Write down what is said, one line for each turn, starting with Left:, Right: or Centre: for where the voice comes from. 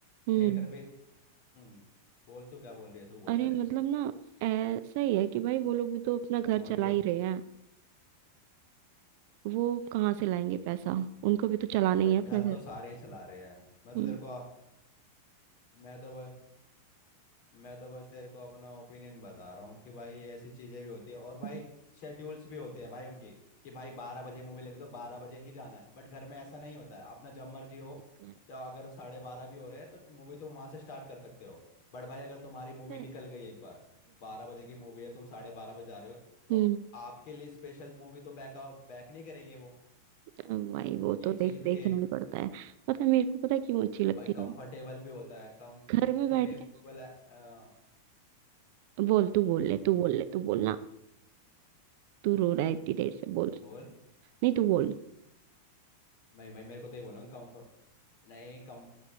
Right: हम्म
Left: थिएटर भी हम्म बोल तू क्या बोल रही है तू बोल
Right: अरे
Left: पहले
Right: मतलब ना ऐसा ही है कि भाई वो लोग भी तो अपना घर
Left: बोल
Right: चला
Left: बोल
Right: ही रहे हैं वो कहाँ से लाएंगे पैसा उनको भी तो चलाना
Left: भाई
Right: ही है अपना
Left: घर
Right: घर
Left: तो सारे ही चला रहे हैं मैं तो
Right: हम्म
Left: तेरे को मैं तो मैं तो बस तेरे को अपना ओपिनियन बता रहा हूँ कि भाई ऐसी चीजें भी होती है और भाई
Right: हम्म,
Left: शेड्यूल्स भी होते हैं भाई उनकी कि भाई बारह बजे मूवी लगी तो बारह बजे ही जाना है बट घर में ऐसा नहीं होता है अपना जब मर्जी हो
Right: ये
Left: तो अगर साढ़े बारह भी हो रहे हैं तो मूवी तुम वहां से स्टार्ट कर सकते हो बट भाई अगर तुम्हारी
Right: तो
Left: मूवी
Right: है।
Left: निकल गई एक बार बारह बजे की मूवी है तुम साढ़े बारह बजे जा रहे हो तो
Right: हम्म
Left: आपके लिए स्पेशल मूवी तो बैक बैक नहीं करेंगे वो
Right: अब भाई वो
Left: ये
Right: तो देख
Left: चीज
Right: देखना
Left: भी है एक
Right: ही पड़ता है पता है मेरे को पता है क्यों अच्छी लगती
Left: भाई कंफर्टेबल
Right: है
Left: भी होता है कंफर्टेबल
Right: घर में बैठ के
Left: है। अ,
Right: बोल तू बोल ले
Left: हम्म
Right: तू बोल ले तू बोलना तू रो रहा है इतनी देर से बोल
Left: बोल
Right: नहीं तू बोल
Left: मैं भाई मेरे को तो ये बोल रहा हूँ कम्फ नहीं कम